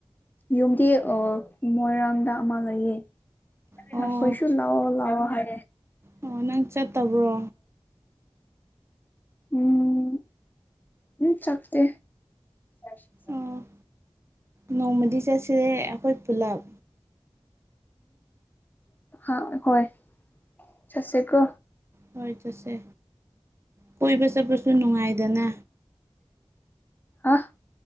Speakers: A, on the left; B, on the right.
A: ꯌꯨꯝꯗꯤ ꯑꯥ ꯃꯣꯏꯔꯥꯡꯗ ꯑꯃ ꯂꯩꯌꯦ
B: ꯑꯣ
A: ꯃꯈꯣꯏꯁꯨ ꯂꯥꯛꯑꯣ ꯂꯥꯛꯑꯣ ꯍꯥꯏꯔꯦ
B: ꯑꯣ ꯅꯪ ꯆꯠꯇꯕ꯭ꯔꯣ
A: ꯎꯝ ꯎ ꯆꯛꯇꯦ <inaudible> ꯫
B: ꯑꯣ ꯅꯣꯡꯃꯗꯤ ꯆꯠꯁꯦ ꯑꯩꯈꯣꯏ ꯄꯨꯜꯂꯞ꯫
A: ꯑ ꯍꯣꯏ ꯆꯠꯁꯦꯀꯣ꯫
B: ꯍꯣꯏ ꯆꯠꯁꯦ ꯀꯣꯏꯕ ꯆꯠꯄꯁꯨ ꯅꯨꯡꯉꯥꯏꯗꯅ꯫
A: ꯑꯥ--꯫